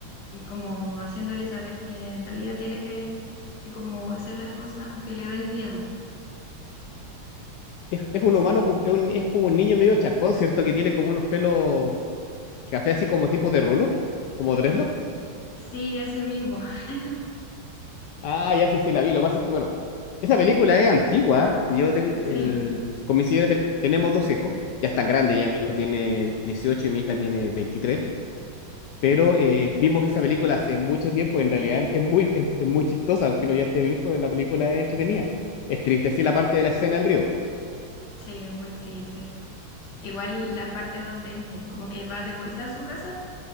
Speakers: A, on the left; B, on the left.
A: como haciéndole saber que en realidad tiene que, que como hacer las cosas aunque le den miedo.
B: Es, es un humano, como- es, un- es como un niño medio chacón, ¿cierto? Que tiene como unos pelos café así como tipo de rulo, como dreadlock.
A: Sí, ese mismo. <laughs>
B: Ah, ya sí, sí, la vi. Lo que pasa es que, bueno, esa película es antigua. y Yo tengo
A: Sí,
B: el... Con mi señora te- tenemos dos hijos. Ya están grandes, ya mi hijo tiene 18 y mi hija tiene 23. Pero eh, vimos esa película hace mucho tiempo. En realidad es muy, es, es muy chistosa, aunque uno ya esté viejo, la película es entretenida. Es triste, sí, la parte de la escena del río.
A: sí, es muy triste. Igual la parte donde como que va de vuelta a su casa